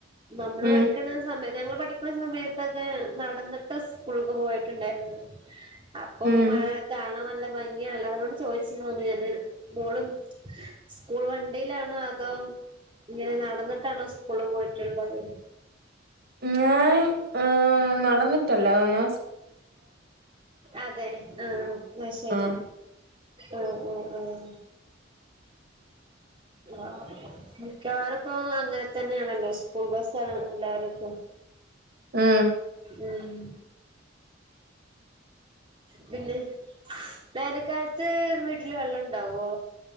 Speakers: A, on the right (about 30°); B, on the right (about 55°).
A: നമ്മള്
B: ഉം
A: പഠിക്കണ സമയ ഞങ്ങള് പഠിക്ക്ണ സമയത്തൊക്കെ നടന്നിട്ട സ്കൂൾക് പോയിട്ടുണ്ടായിര്ന്നത്. അപ്പൊ
B: ഉം
A: മഴ കാണാൻ നല്ല ഭംഗിയാണല്ല. അതുകൊണ്ട് ചോദിച്ചതാണ് ഞാന്. മോള് സ്കൂൾ വണ്ടീലാണോ.? അതോ ഇങ്ങനെ നടന്നിട്ടാണോ സ്കൂള്ല് പോയിട്ടുള്ളത്.
B: ഞാൻ ഏഹ് നടന്നിട്ടല്ല. ഞാ
A: അതെ ആഹ് അത്ശരി.
B: ആഹ്
A: ഉം ഉം ഉം ആഹ്. മിക്കവാറിപ്പോ അങ്ങനെ തന്നെയാണല്ലോ സ്കൂൾ ബസ്സാണ് എല്ലായിടത്തും.
B: ഉം
A: ഉം പിന്നെ വേനക്കാലത്ത് വീട്ടില് വെള്ളണ്ടാവോ?